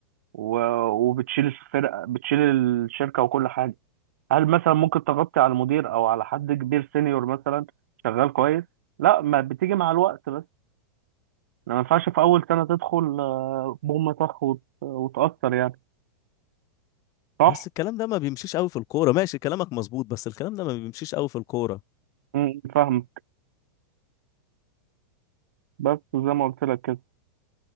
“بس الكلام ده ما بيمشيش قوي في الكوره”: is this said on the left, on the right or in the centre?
Left